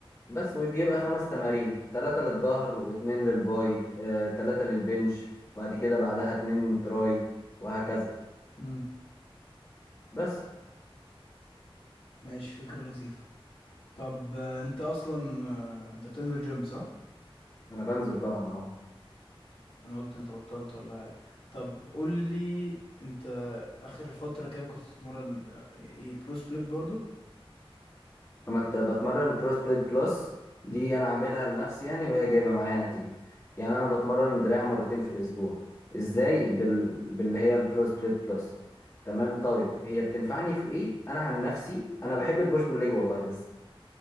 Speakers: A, on the left; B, on the left.
A: بس وبيبقى خمس تمارين تلاتة للظهر واتنين للباي آه، تلاتة للبنش وبعد كده بعدها اتنين تراي وهكذا
B: امم
A: بس
B: ماشي فكرة لطيفة طب آه، انت اصلا آه، انت بتنزل جيم صح
A: انا بنزل طبعا اهو
B: انا قلت انت بطلت ولا حاجة طب قول لي انت اخر فترة كده كنت بتتمرن آه، ايه برو سبليت برضو
A: لما ت- بتمرن برو سبليت بلس دي
B: امم
A: انا عاملها لنفسي يعني وهي جايبة معايا نتيجة يعني انا بتمرن دراع مرتين في الاسبوع ازاي
B: حلو
A: بال... باللي هي البرو سبليت بلس تمام طيب هي بتنفعني في ايه انا عن نفسي انا بحب البوش بول ليج والله بس